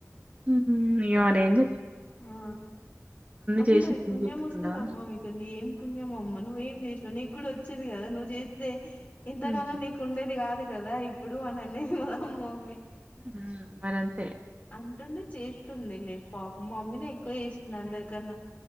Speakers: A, on the right; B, on the left.
A: హ్మ్ హు అయ్యో మరిఎమ్
B: ఆ అంటది
A: చేసింది ఎందుకు
B: పుణ్యం
A: గుర్తుకుండవా?
B: వస్తదమ్మా మీకండి ఏం పుణ్యమమ్మ నువ్వేం చేసినావ్ నీకు కూడా వచ్చేది కదా నువ్వు చేస్తే ఇంతకాలం
A: హ్మ్.
B: నీకు ఉండేది కాదు కదా ఇప్పుడు అని అనేది మా మమ్మీ
A: హ్మ్ మరంతే
B: అంటుండే చేస్తుండే లే పాపం మమ్మీనే ఎక్కువ చేసింది అందరికన్నా